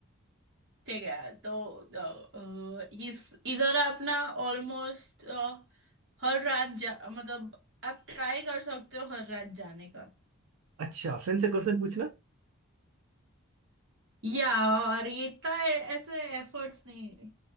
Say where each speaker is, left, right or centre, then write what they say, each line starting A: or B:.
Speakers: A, on the right (about 55°); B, on the right (about 80°).
A: ठीक है तो अ, अ, इस इधर अपना ऑलमोस्ट हर रात जा मतलब आप ट्राई कर सकते हो हर रात जाने का
B: अच्छा फिर से क्वेश्चन पूछना
A: या और ये इतना ए- ऐसे एफर्ट्स नहीं है